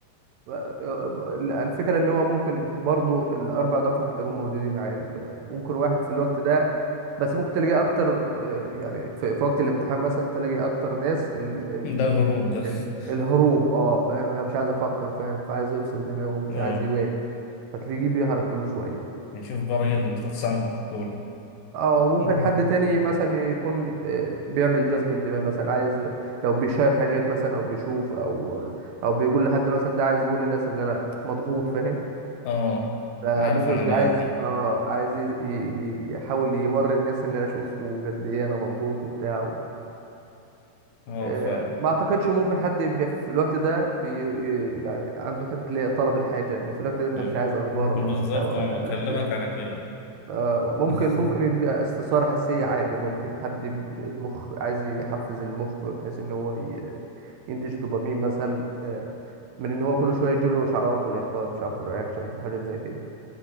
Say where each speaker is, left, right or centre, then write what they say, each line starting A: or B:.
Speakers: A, on the right; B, on the left.
A: ب- الفكره ان هو ممكن برضو الاربع دفع هتلاقيهم موجودين عادي ممكن واحد في الوقت ده بس ممكن تلاقي اكتر آه، يعني في في وقت الامتحان مثلا تلاقي اكتر ناس ال ال
B: ده الهروب ده
A: ال
B: <laughs>
A: الهروب اه فاهم أنا مش عايز افكر فاهم فعايز يفصل دماغه ومش
B: اه
A: عايز يواجه فتلاقيه بيهرب كل شوية
B: نشوف بقى الراجل اللي بيصطاد سمك وكولا
A: أو ممكن
B: <laughs>
A: حد تاني مثلا يكون آه، بيعمل جذب انتباه مثلا عايز لو بيشير حاجات مثلا أو بيشوف أو أو بيقول لحد مثلا ده عايز يقول للناس إن أنا مضغوط فاهم
B: اه
A: فممكن
B: عارف أنا
A: يبقى
B: العيال
A: عايز
B: دي
A: اه عايز ي- ي- يحاول يوري الناس ان انا اشوفه قد ايه انا مضغوط وبتاع و-
B: اه
A: آه،
B: فاهم
A: ما اعتقدش ممكن حد يبقى في الوقت ده بي ي- يعني عنده حته اللي هي طلب الحاجه ان في الوقت ده انت
B: مم.
A: مش عايز اخبار ولا
B: بالظبط
A: محتوى ولا
B: انا بكلمك
A: <laughs>
B: على كده
A: آه، ممكن
B: <laughs>
A: ممكن يبقى استثارة حسية عادي ممكن حد يب- المخ عايز يحفز المخ بحيث ان هو ي- ينتج دوبامين مثلا آه، من ان هو كل شوية يجيله اشعارات ولايكات ومش عارف رياكشنز وحاجات زي كده